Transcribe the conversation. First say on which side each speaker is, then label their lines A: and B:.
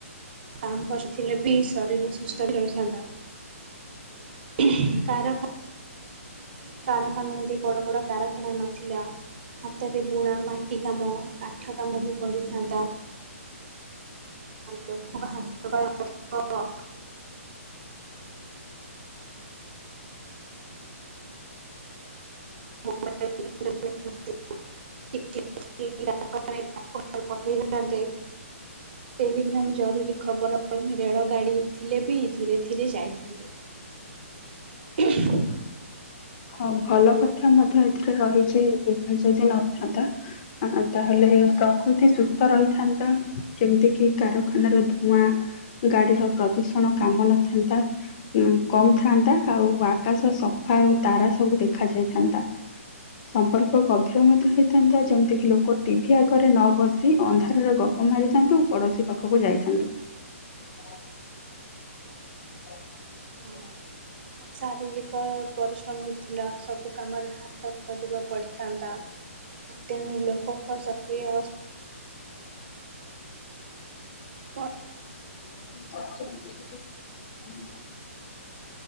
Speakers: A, on the right; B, on the left.
A: କାମ କରିଥିଲେ ବି ଶରୀର ସୁସ୍ଥ ରହିଥାନ୍ତା ହୁ ହୁ କାରଖା କାରଖାନା ଯଦି ବଡ ବଡ କାରଖାନା ନଥିଲା ହାତରେ ବୁଣା ମାଟି କାମ କାଠ କାମ ବି ବଢ଼ିଥାନ୍ତା । ଲୋକ ହାତକଳା ଅଧିକ
B: <unintelligible>
A: <unintelligible> ପଠେଇଥାନ୍ତେ । ଟେଲିଗ୍ରାମ ଜରୁରୀ ଖବର ପାଇଁ ରେଳଗାଡ଼ି ଥିଲେ ବି ଧୀରେ ଧୀରେ ଯାଇଥାନ୍ତେ ।
B: <inaudible>
A: <unintelligible>
B: ହଁ ଭଲ କଥା ମଧ୍ୟ ଏଥିରେ ରହିଛି ବା ଯଦି ନଥାନ୍ତା ତାହେଲେ ପ୍ରକୃତି ସୁସ୍ଥ ରହିଥାନ୍ତା । ଯେମିତି କିି କାରଖାନାର ଧୂଆଁ ଗାଡିର ପ୍ରଦୂଷଣ କାମ ନଥାନ୍ତା । କମ ଥାନ୍ତା ଆଉ ଆକାଶ ସଫା ଆଉ ତାରା ସବୁ ଦେଖା ଯାଇଥାନ୍ତା । ସମ୍ପର୍କ ଗଭୀର ମଧ୍ୟ ହେଇଥାନ୍ତା ଯେମିତିକି ଲୋକ ଟିଭି ଆଗରେ ନ ବସି ଅନ୍ଧାରରେ ଗ ମାରିଥାନ୍ତୁ ପଡୋଶୀ ପାଖକୁ ଯାଇଥାନ୍ତୁ । <inaudible>
A: ହଁ। ଶାରୀରିକ ପରିଶ୍ରମ ବି ଥିଲା ସବୁ କାମରେ ହାତ କରିବାକୁ ପଡିଥାନ୍ତା । ତେଣୁ ଲୋକଙ୍କ ସକ୍ରିୟ ବ
B: <unintelligible>